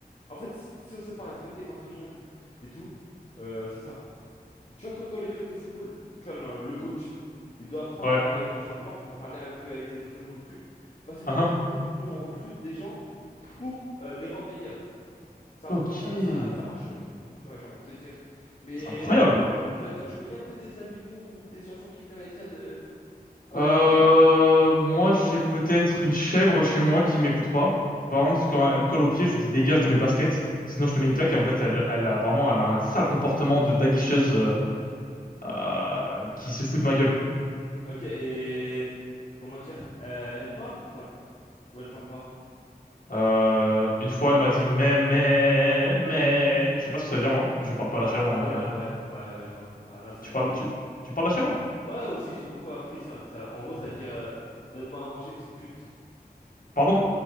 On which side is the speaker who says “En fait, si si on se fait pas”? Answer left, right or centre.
Left